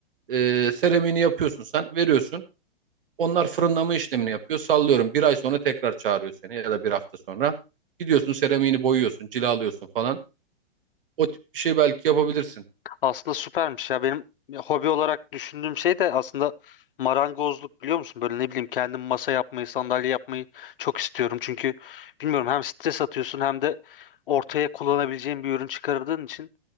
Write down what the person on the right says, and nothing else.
Ee, seramiğini yapıyorsun sen, veriyorsun. Onlar fırınlama işlemini yapıyor. Sallıyorum. Bir ay sonra tekrar çağırıyor seni ya da bir hafta sonra. Gidiyorsun seramiğini boyuyorsun, cilalıyorsun falan. O tip bir şey belki yapabilirsin.